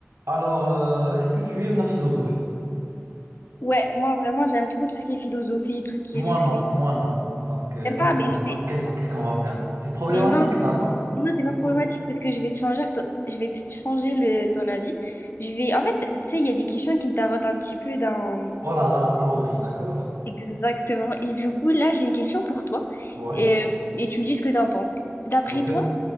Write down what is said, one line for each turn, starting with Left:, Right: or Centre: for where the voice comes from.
Right: Alors, euh, est-ce que tu aimes la philosophie?
Left: Ouais, moi vraiment j'aime trop tout ce qui est philosophie, tout ce qui
Right: Moi,
Left: est réfléchi.
Right: non, moi, non. Donc, euh,
Left: J'aime
Right: qu'est-ce
Left: pas,
Right: qu'on
Left: mais je
Right: donc,
Left: fais-
Right: qu'est-ce, qu'est-ce qu'on va faire? C'est problématique,
Left: Mais non,
Right: ça, non?
Left: non, c'est pas
Right: C'est
Left: problématique
Right: pro-
Left: parce que je vais te changer, ton- je vais te changer le... ton avis. Je vais, en fait, tu sais, il y a des questions qui me tarotent un petit peu dans.
Right: Oh là là, la tordrie, d'accord?
Left: Exactement. Et du coup, là, j'ai une question pour toi
Right: Ouais,
Left: et, et tu me dis ce que tu en penses. D'après
Right: ok.
Left: toi,